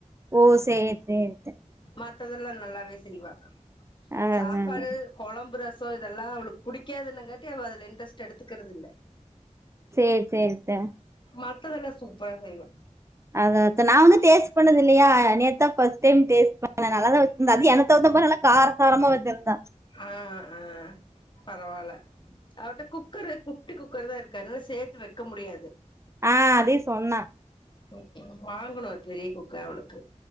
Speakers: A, on the right (about 20°); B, on the left (about 40°).
A: ஓ சேரி சேரித்த
B: மத்ததெல்லா நல்லாவே செய்வா
A: அதா
B: சாப்பாடு
A: அதா
B: குழம்பு ரச இதெல்லா அவளுக்கு புடிக்காதுன்னுங்காட்டி அவ அதுல இன்ட்ரெஸ்ட் எடுத்துக்குறது இல்ல
A: சேர் சேரித்தே
B: மத்ததெல்லா சூப்ரா செய்வே
A: அதாத்தே நா வந்துடேஸ்ட் பண்ணது இல்லையா நேத்தா பஸ் டைம் டேஸ்ட் பண்ண நல்லாத வச் ந்த அது ‌எனக்கு தகுந்த மாரி நல்லா காரசாரமா வச்சிருந்தா
B: ஆ அ பரவால அவட்ட குக் கரு குட்டி குக்கர்தா இருக்கு அதனால சேத்து வைக்க முடியாது
A: ஆ அதியு சொன்னா
B: ஓகே வாங்ணு பெரிய குக்கர் அவளுக்கு